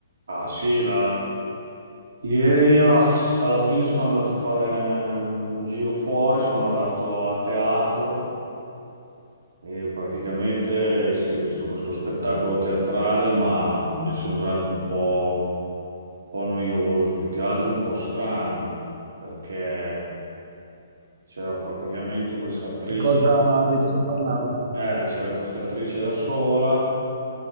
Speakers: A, on the right; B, on the right.
A: Ah sì, la- ieri ah, alla fine sono andato a fare eh, un giro fuori, sono andato a teatro e praticamente sì, ho visto questo spettacolo teatrale, ma mi è sembrato un po', un po' noioso, più che altro un po' strano, perché c'era praticamente questa attrice,
B: Di cosa di cosa parlava?
A: eh, c'era questa attrice da sola